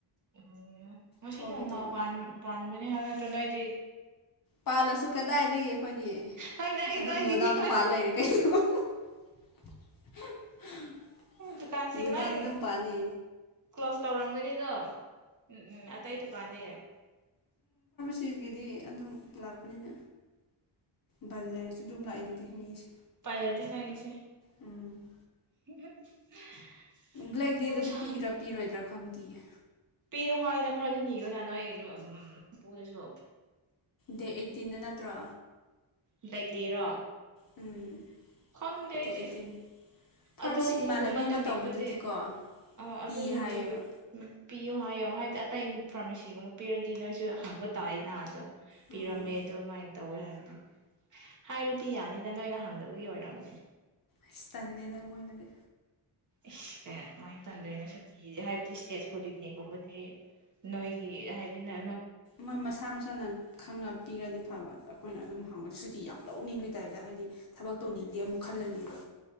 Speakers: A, on the right; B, on the left.
A: ꯑꯣ ꯉꯁꯤ
B: ꯊꯣꯛꯑꯒꯦ
A: ꯅꯣꯡꯃ
B: ꯇꯧꯕ
A: ꯄꯥꯟ ꯄꯥꯟꯕ ꯍꯥꯏꯕ ꯅꯇ꯭ꯔꯣ ꯅꯣꯏꯗꯤ
B: ꯄꯥꯜꯂꯁꯨ ꯀꯗꯥꯏꯗꯒꯤ ꯑꯩꯈꯣꯏꯗꯤ
A: ꯍꯣꯏ ꯅꯪꯒꯤ
B: ꯑꯗꯨꯝꯗꯣ
A: ꯅꯣꯏꯒꯤꯗꯤ
B: ꯒꯣꯗꯥꯎꯟꯗ
A: ꯍꯣꯏ
B: ꯄꯥꯜꯂ ꯂꯩꯔꯦ ꯀꯩꯅꯣ
A: ꯗꯨꯀꯥꯟꯁꯤꯡ
B: ꯒꯣꯗꯥꯎꯟꯗ
A: ꯅꯣꯏ
B: ꯑꯗꯨꯝ ꯄꯥꯅꯤ
A: ꯀ꯭ꯂꯣꯁ ꯇꯧꯔꯝꯒꯅꯤꯗꯣ ꯎꯝ ꯎꯝ ꯑꯇꯩ ꯗꯨꯀꯥꯟꯗꯤ
B: ꯀꯤꯗꯤ ꯑꯗꯨꯝ ꯂꯥꯛꯄꯅꯤꯅ ꯕꯟ ꯂꯩꯔꯁꯨ ꯑꯗꯨꯝ ꯂꯥꯛꯏꯗꯨꯗꯤ ꯃꯤꯁꯨ
A: ꯎꯄꯥꯏ ꯂꯩꯇꯦ ꯅꯪꯒꯤꯁꯦ
B: ꯎꯝ
A: <unintelligible>
B: ꯕ꯭ꯂꯦꯛ ꯗꯦꯗꯗꯤ
A: ꯅꯨꯡꯁꯥ
B: ꯄꯤꯒꯗ꯭ꯔꯥ ꯄꯤꯔꯣꯏꯗ꯭ꯔꯥ ꯈꯪꯗꯦꯌꯦ
A: ꯄꯤꯌꯨ ꯍꯥꯏꯅ ꯈꯔꯗꯤ ꯅꯤꯌꯨ ꯅ ꯅꯣꯏ ꯄꯄꯨꯗꯁꯨ
B: ꯗꯦꯠ ꯑꯩꯠꯇꯤꯟꯗ ꯅꯠꯇ꯭ꯔꯣ
A: ꯕ꯭ꯂꯦꯛ ꯗꯦꯔꯣ
B: ꯎꯝ
A: ꯈꯪꯗꯦ ꯑꯩꯗꯤ
B: ꯗꯦꯠ ꯑꯩꯠꯇꯤꯟ ꯐꯥꯔꯃꯥꯁꯤ
A: ꯑꯗꯨꯒꯨꯝꯕ
B: ꯏꯃꯥꯟꯅꯕꯤ ꯑꯃ
A: ꯅꯨꯃꯤꯠꯄꯨꯗꯤ
B: ꯇꯧꯕꯗꯨꯗꯤꯀꯣ
A: ꯑ ꯑꯗꯨ
B: ꯄꯤ
A: ꯅꯨꯃꯤꯠꯄꯨꯗꯤ
B: ꯍꯥꯏꯌꯦꯕ
A: ꯎꯝ ꯄꯤꯌꯣ ꯍꯥꯏꯌꯣ ꯍꯥꯏꯕꯗꯤ ꯑꯇꯩ ꯐꯥꯔꯃꯥꯁꯤꯒꯨꯝꯕ ꯄꯤꯔꯗꯤ ꯅꯣꯏꯁꯨ ꯍꯪꯕ ꯇꯥꯏꯅ ꯑꯗꯣ ꯄꯤꯔꯝꯃꯦ
B: ꯎꯝ
A: ꯑꯗꯨꯃꯥꯏ ꯇꯧꯋꯦ ꯍꯥꯏꯕꯗꯣ ꯍꯥꯏꯔꯗꯤ ꯌꯥꯅꯤꯗ ꯅꯣꯏꯅ ꯍꯪꯗꯕꯒꯤ ꯑꯣꯏꯔꯝꯒꯅꯤ
B: ꯏꯁ ꯇꯜꯂꯦꯗ ꯃꯣꯏ ꯅꯗꯤ
A: ꯏꯁ ꯑꯦ ꯑꯗꯨꯃꯥꯏꯅ ꯇꯟꯂꯦꯅ ꯁꯨꯇꯤ ꯍꯥꯏꯕꯗꯤ ꯏꯁꯇꯦꯠ ꯍꯣꯂꯤꯗꯦꯒꯨꯝꯕꯗꯤ ꯅꯣꯏꯒꯤ ꯍꯥꯏꯕꯗꯤ ꯅ
B: ꯃꯣꯏ ꯃꯁꯥ ꯃꯁꯥꯅ ꯈꯪꯉ ꯄꯤꯔꯗꯤ ꯐꯕ ꯑꯩꯈꯣꯏꯅ ꯑꯗꯨꯝ ꯍꯪꯕꯗ ꯗꯤ ꯌꯥꯝ ꯂꯧꯅꯤꯡꯕꯩ ꯇꯥꯏꯞꯇ ꯍꯥꯏꯗꯤ ꯊꯕꯛ ꯇꯧꯅꯤꯡꯗꯦ ꯑꯃꯨꯛ ꯈꯜꯂꯅꯦꯕ